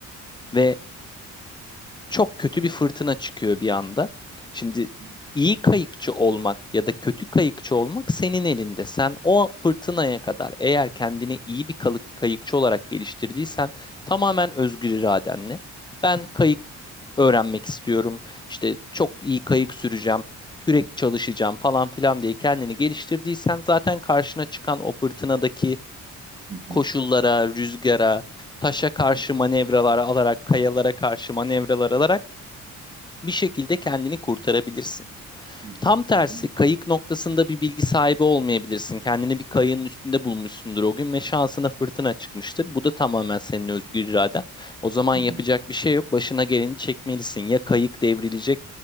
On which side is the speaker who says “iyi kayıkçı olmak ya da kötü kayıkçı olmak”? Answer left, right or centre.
Left